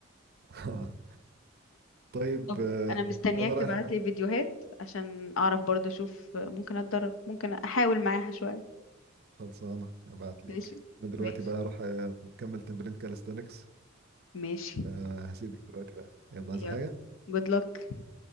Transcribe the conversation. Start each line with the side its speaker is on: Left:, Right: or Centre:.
Right: <laughs> آه. طيب
Left: طب
Right: آه،
Left: انا مستنياك
Right: انا رايح
Left: تبعت
Right: بقى
Left: لي فيديوهات عشان اعرف برضه اشوف ممكن اتدرب ممكن احاول معاها شوية
Right: خلصانه ابعت لك
Left: ماشي
Right: انا دلوقتي
Left: ماشي
Right: بقى هروح آه، اكمل تمرين كاليستانكس
Left: ماشي
Right: فهسيبك دلوقتي بقى يلا عايز
Left: يلا
Right: حاجه
Left: good luck